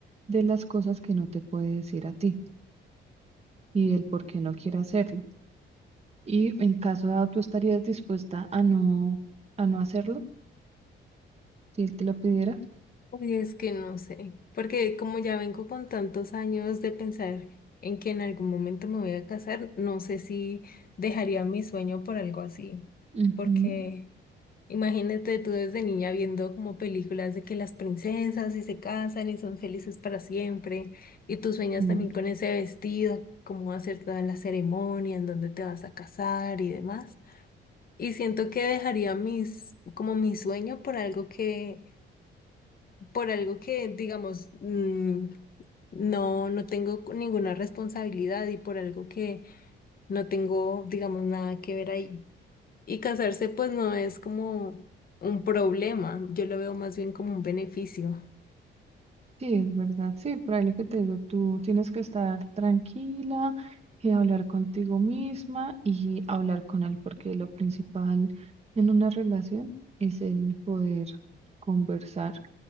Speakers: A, on the right; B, on the left.
A: de las cosas que no te puede decir a ti y el por qué no quiere hacerlo. Y en caso dado, ¿tú estarías dispuesta a no, a no hacerlo si él te lo pidiera?
B: Uy, es que no sé, porque como ya vengo con tantos años de pensar en que en algún momento me voy a casar, no sé si dejaría mi sueño por algo así,
A: Ujú,
B: porque imagínate tú desde niña viendo como películas de que las princesas y se casan y son felices para siempre, y tú sueñas
A: genial,
B: también con ese vestido, cómo va a ser toda la ceremonia, en dónde te vas a casar y demás. Y siento que dejaría mis, como mi sueño por algo que por algo que, digamos, mm, no, no tengo ninguna responsabilidad y por algo que no tengo, digamos, nada que ver ahí. Y casarse, pues no es como un problema, yo lo veo más bien como un beneficio.
A: Sí, es verdad, sí, por ahí lo que te digo, tú tienes que estar tranquila y hablar contigo misma y hablar con él, porque lo principal en una relación es el poder conversar